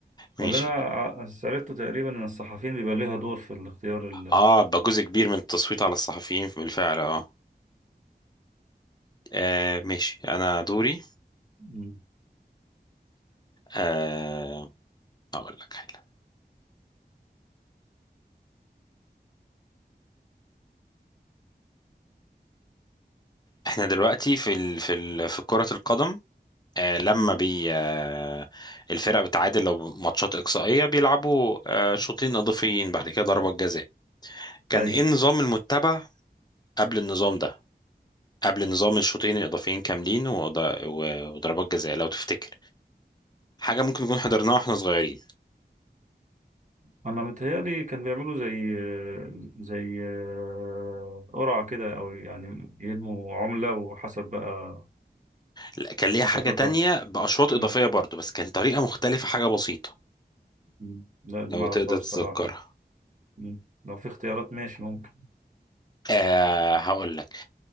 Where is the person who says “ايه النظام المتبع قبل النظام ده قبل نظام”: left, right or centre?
Left